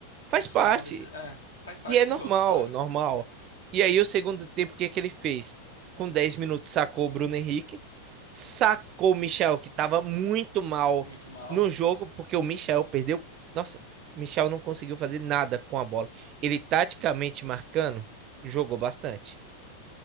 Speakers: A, on the right (about 35°); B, on the left (about 70°).
A: Faz
B: Putz,
A: parte.
B: tomou uma decisão. É, faz parte
A: E é
B: do
A: normal,
B: jogo, claro.
A: normal. E aí, o segundo tempo, o que que ele fez? Com 10 minutos, sacou o Bruno Henrique sacou o Michel, que estava muito mal
B: Muito mal.
A: no jogo, porque o Michel perdeu. Nossa, o Michel não conseguiu fazer nada com a bola. Ele taticamente marcando, jogou bastante,